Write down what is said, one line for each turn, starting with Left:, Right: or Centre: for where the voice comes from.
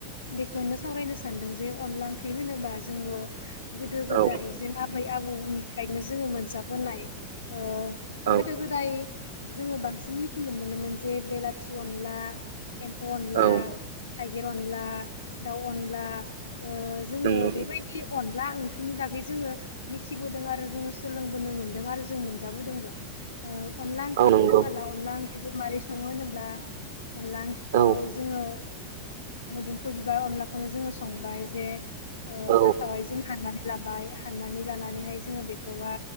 Left: बेखौनो सावरायनो सानदों जे अनला ओं ख्रि होनोबा जोंङो गोदो गोदाय
Right: औ
Left: जों आबै आबौ निफ्रायनो जोंङो मोनजाबोनाय ओ
Right: औ
Left: गोदो गोदाय जोंङो बांसिन मिथिनो मोनोमोन जे बेलाथि अनला एम्फौ अनला
Right: औ
Left: थाइगेर अनला दाउ अनला ओ जोंङो
Right: नंगौ
Left: बेबायदि अनला ओंख्रिनि बागै जोंङो मिथिबोदों आरो जोंङो सोलोंबोनो मोनदों आरो जों मोनजाबोदोंबो ओ अनला ओंख्रि
Right: औ नंगौ
Left: होनोबोला अनला ओंख्रिखौ माबोरै संङो होनोब्ला अनला ओंख्रि खौ खौ
Right: औ
Left: जोंङो मोदोमफु बिबार अनलाखौनो जोंङो संबाय जे
Right: औ
Left: फार्स्टाव हाय जों हाननानै लाबाय हाननानै लानानैहाय जोंङो बेखौहा